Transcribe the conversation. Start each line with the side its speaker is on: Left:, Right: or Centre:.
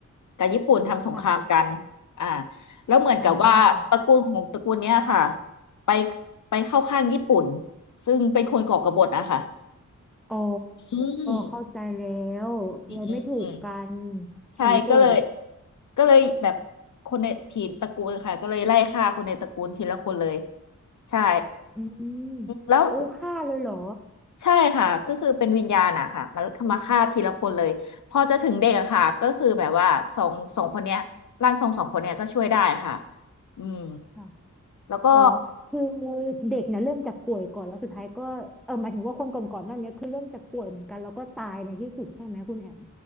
Left: กับญี่ปุ่นทำสงครามกัน
Centre: ค่ะ
Left: อ่าแล้วเหมือนกับว่าตระกูลของตระกูลเนี้ยค่ะ
Centre: อ้าว
Left: ไปไปเข้าข้างญี่ปุ่นซึ่งเป็นคนก่อกบฏอะค่ะ
Centre: อ๋อ
Left: อืม
Centre: เข้าใจแล้วเลยไม่ถูกกัน
Left: อืมอืมอืมใช่ก็เลย
Centre: ผีโกรธ
Left: ก็เลยแบบคนในทีตระกูลค่ะก็เลยไล่ฆ่าคนในตระกูลทีละคนเลยใช่
Centre: อืม
Left: แล้ว
Centre: โอ้ฆ่าเลยเหรอ
Left: ใช่ค่ะก็คือเป็นวิญญาณอะค่ะมามาฆ่าทีละคนเลยพอจะถึงเด็กอะค่ะก็คือแบบว่าสองสองคนเนี้ยร่างทรงสองคนเนี้ยก็ช่วยได้ค่ะอืม
Centre: ค่ะ
Left: แล้วก็
Centre: อ๋อคือเด็กเนี่ยเริ่มจากป่วยก่อนแล้วสุดท้ายก็เออหมายถึงว่าคนก่อนๆหน้านี้คือเริ่มจากป่วยเหมือนกันแล้วก็ตายในที่สุดใช่ไหมคุณแอม